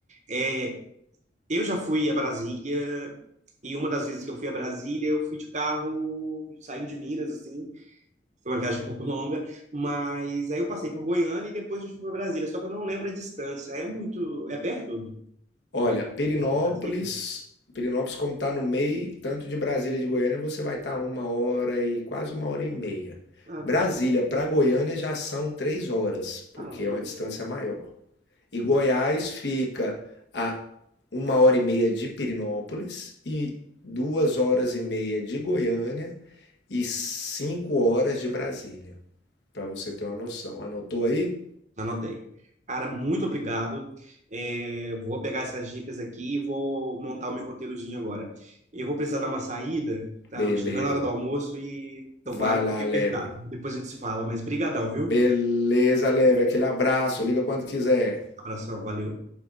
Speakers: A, on the right (about 40°); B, on the left (about 70°).
A: É, eu já fui a Brasília e uma das vezes que eu fui a Brasília, eu fui de carro saindo de Minas, assim, Foi uma viagem um pouco longa, mas aí eu passei por Goiânia e depois a gente foi para Brasília, só que eu não lembro a distância. É muito. É perto de
B: Olha,
A: Goiânia
B: Perinópolis,
A: de Brasília?
B: Perinópolis como está no meio, tanto de Brasília e de Goiânia, você vai estar uma hora e quase uma hora e meia.
A: Ah,
B: Brasília
A: não.
B: para Goiânia já são três horas, porque
A: Ah, não, beleza,
B: é uma distância
A: é perto.
B: maior. E Goiás fica a uma hora e meia de Perinópolis e duas horas e meia de Goiânia e cinco horas de Brasília, para você ter uma noção. Anotou aí?
A: Anotei. Cara, muito obrigado. É, vou pegar essas dicas aqui e vou montar o meu roteirozinho agora. Eu vou precisar dar uma saída, tá?
B: Beleza.
A: Chegando a hora do almoço e tô
B: Vai
A: com o horário
B: lá,
A: aqui apertado.
B: leve.
A: Depois a gente se fala, mas brigadão, viu?
B: Beleza, Leve. Aquele abraço. Liga quando quiser.
A: Abração, valeu.